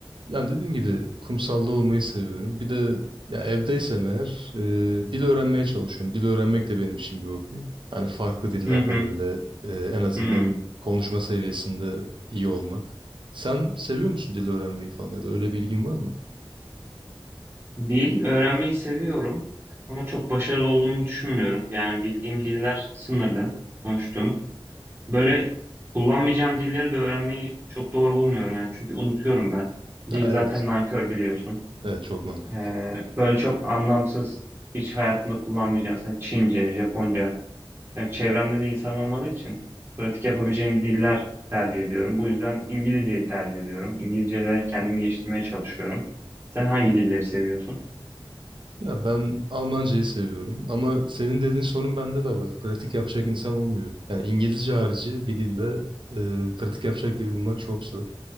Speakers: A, on the right; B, on the right.
A: Yani dediğim gibi kumsalda olmayı seviyorum. Bir de ya evdeysem eğer e, dil öğrenmeye çalışıyorum. Dil öğrenmek de benim için bir hobi. Hani farklı dillerde
B: Hı hı.
A: böyle e, en azından
B: Hı.
A: konuşma seviyesinde iyi olmak. Sen seviyor musun dil öğrenmeyi falan ya da öyle bir ilgin var mı?
B: Dil öğrenmeyi seviyorum ama çok başarılı olduğumu düşünmüyorum. Yani bildiğim diller sınırlı konuştuğum. Böyle kullanmayacağım dilleri de öğrenmeyi çok doğru bulmuyorum yani çünkü unutuyorum ben.
A: Ya
B: Dil
A: evet.
B: zaten nankör biliyorsun.
A: Evet çok nankör.
B: Ee, böyle çok anlamsız, hiç hayatımda kullanmayacağım. Mesela Çince, Japonca. Yani çevremde de insan olmadığı için pratik yapabileceğim diller tercih ediyorum. Bu yüzden İngilizceyi tercih ediyorum. İngilizce'de kendimi geliştirmeye çalışıyorum. Sen hangi dilleri seviyorsun?
A: Ya ben Almancayı seviyorum ama senin dediğin sorun bende de var. Pratik yapacak insan olmuyor. Yani İngilizce harici bir dilde e, pratik yapacak biri bulmak çok zor.